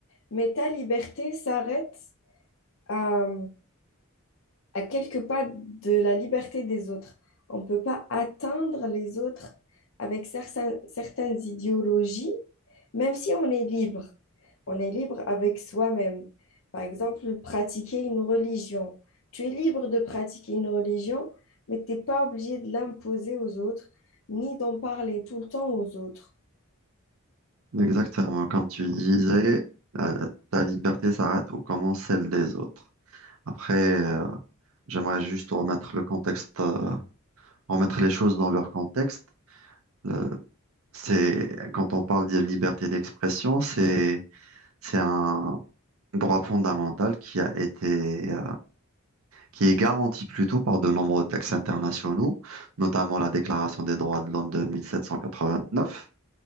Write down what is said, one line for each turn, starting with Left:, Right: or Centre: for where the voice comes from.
Left: Mais ta liberté s'arrête à, à quelques pas de la liberté des autres. On ne peut pas atteindre les autres avec certains- certaines idéologies Même si on est libre, on est libre avec soi-même. Par exemple, pratiquer une religion. Tu es libre de pratiquer une religion, mais tu n'es pas obligé de l'imposer aux autres, ni d'en parler tout le temps aux autres.
Right: Exactement, comme tu disais, la- ta liberté s'arrête où commence celle des autres. Après, euh, j'aimerais juste remettre le contexte, euh, remettre les choses dans leur contexte. Euh, c'est, quand on parle de liberté d'expression, c'est, c'est un droit fondamental qui a été qui est garantie plutôt par de nombreux textes internationaux, notamment la Déclaration des droits de l'homme de 1789.